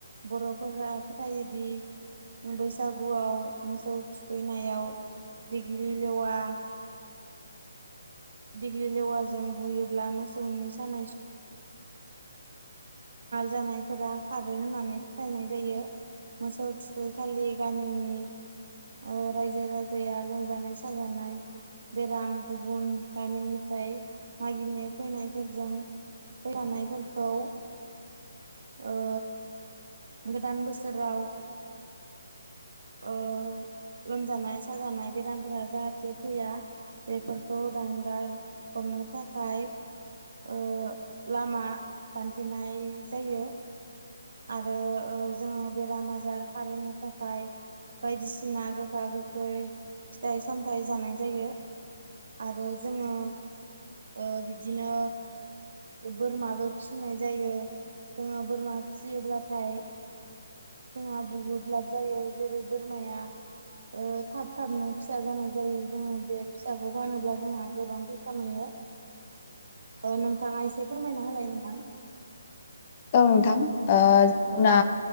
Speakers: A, on the right; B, on the left.
A: बर'फोरा फोथायोदि बैसागुआव मोसौ थुखैनायाव दिग्लि लेवा दिग्लि लेवाजों बुयोब्ला मोसौनि सानाय सुनाय जानायफोरा खारो होननानै फोथायनाय जायो मोसौ थुखै खालि गामिनि ओ रायजो राजाया लोमजानाय साजानाय बेराम गुबुन गामिनिफ्राय मागिनो फैनायफोरजों फैफानायफोरखौ ओ गोदान बोसोराव ओ लोमजानाय साजानाय बेरामफोरा जाहाथे फैया बेफोरखौ दानगार हरनो थाखाय ओ लामा दानथेनाय जायो आरो ओ जोङो बेराम आजार खारहोनो थाखाय बायदिसिना गोखा गोखै फिथाइ सामथाइ जानाय जायो आरो जोङो ओ बिदिनो बोरमाबो फिसिनाय जायो जोङो बोरमा फियोब्लाथाय जोंहा बहुद लाब जायो जेरै बोरमाया ओ थाब थाबनो फिसा जानाय जायो जोङो बे फिसाखौ फानोब्ला जोंहा गोबां फैसा मोनो।
B: <inaudible>
A: नोंथाङा एसे फोरमायना होलाय नोंथां
B: औ नोंथां ओ जोंना
A: औ